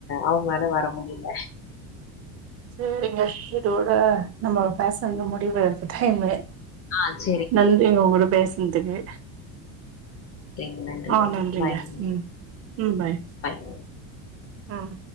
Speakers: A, on the left; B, on the right.
A: அவுங்களால வர முடியல
B: சேரிங்க இதோட நம்ம பேச இந்த முடிவு எடுத்துட்டே இன்மே
A: ஆ சரி
B: நன்றிங்க உங்க கூட பேசுனதுக்கு
A: நன்றிங்க நன்றிங்க
B: ஆ
A: பாய்ங்க
B: ம் ம் பாய்
A: பாய்
B: ஆ